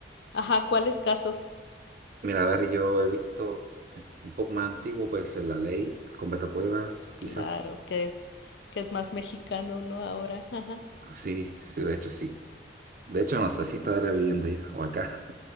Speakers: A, on the left; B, on the right.
A: ajá, ¿cuáles casos?
B: mira, a ver, yo he visto un poco más antiguo, pues en La Ley, con Beto Cuevas,
A: Claro,
B: quizás.
A: que es que es más mexicano, ¿no? Ahora, ajá.
B: Sí, sí, de hecho sí. De hecho, no sé si estará viviendo ahí o acá.